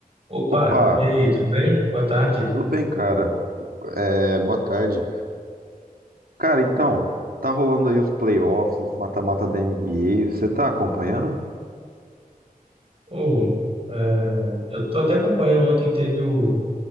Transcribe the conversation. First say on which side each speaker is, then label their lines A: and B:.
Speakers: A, on the right; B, on the right.
A: Opa,
B: Opa,
A: e aí, tudo bem? Boa tarde.
B: tudo bem, cara? É, boa tarde. Cara, então, tá rolando aí os playoffs, os mata-mata da NBA. Você tá acompanhando?
A: Ou, é, eu tô até acompanhando, ontem teve o,